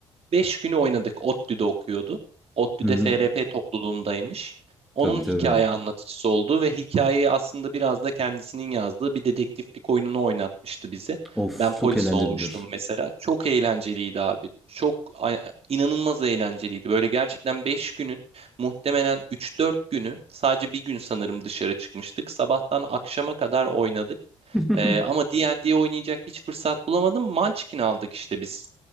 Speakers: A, on the right; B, in the centre.
A: Beş günü oynadık. ODTÜ'de okuyordu. ODTÜ'de
B: Hı hı.
A: FRP topluluğundaymış. Onun
B: Tabii
A: hikaye
B: tabii.
A: anlatıcısı olduğu ve hikayeyi aslında biraz da kendisinin yazdığı bir dedektiflik oyununu oynatmıştı bize.
B: Of
A: Ben
B: çok
A: polis
B: eğlencelidir.
A: olmuştum mesela. Çok eğlenceliydi abi. Çok a- inanılmaz eğlenceliydi. Böyle gerçekten 5 günün muhtemelen üç dört günü sadece bir gün sanırım dışarı çıkmıştık. Sabahtan akşama kadar oynadık.
B: <laughs>
A: Ee, ama D&D oynayacak hiç fırsat bulamadım. Munchkin aldık işte biz.